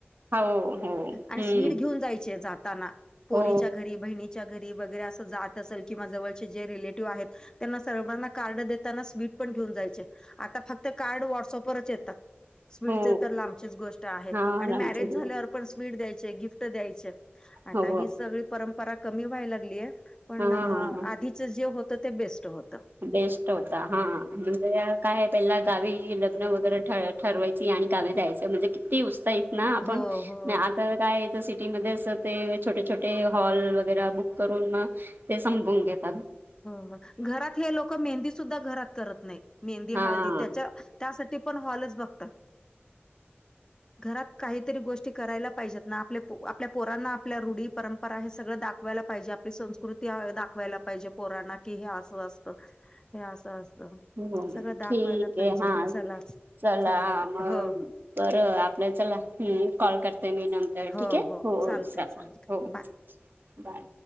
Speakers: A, on the right; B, on the left.
A: हा हो हो
B: आणि
A: हम्म
B: स्वीट घेऊन जायचे जाताना. पोरीच्या
A: हो
B: घरी बहिणीच्या घरी वगैरे अस जात तसल की माझ जवळचे जे रिलेटिव्ह आहेत त्यांना सर्वांना कार्ड देताना स्वीट पण घेऊन जायचे. आता फक्त कार्ड व्हॉट्सअपवरच येतात. स्वीटचे
A: हो
B: तर लांबचेच गोष्ट आहे
A: हा
B: आणि
A: रामचंद्र
B: मॅरेज झाल्यावर पण स्वीट द्यायचे, गिफ्ट द्यायचे. आता
A: हो
B: ही सगळी परंपरा कमी व्हाय लागलीय पण
A: हा हा
B: आधी जे होत ते बेस्ट होत.
A: बेस्ट होता हा म्हणजे काय पहिला गावी लग्न वगैरे ठरत ठरवायची आणि गावी जायचं म्हणजे ते उस्ताइत ना आपण
B: हो हो
A: आता काय तर सिटीमध्ये ते छोटे-छोटे हॉल वगैरे बुक करून मग, ते संपून घेत.
B: हो हो घरात हे लोक मेहंदी सुद्धा घरात करत नाही मेहंदी
A: हा
B: हळदी त्याच्या त्यासाठी पण हॉलच बघतात.
A: <inaudible>
B: घरात काहीतरी गोष्टी करायला पाहिजेत ना आपल्या आपल्या पोरांना आपल्या रूढी परंप परा हे सगळं दाखवायला पाहिजे आपली संस्कृती दाखवायला पाहिजे. पोरांना कि हे असं असत हे असं असतं.
A: हो
B: सगळं दाखवायला
A: ठीक आहे
B: पाहिजे
A: हा,
B: चलाच
A: चला
B: चालत
A: मग.
B: हो हो
A: बर आपल्या चला कॉल करते मी नंतर ठीक
B: हो
A: आहे
B: हो चालतय
A: चला.
B: चालत Bye
A: bye.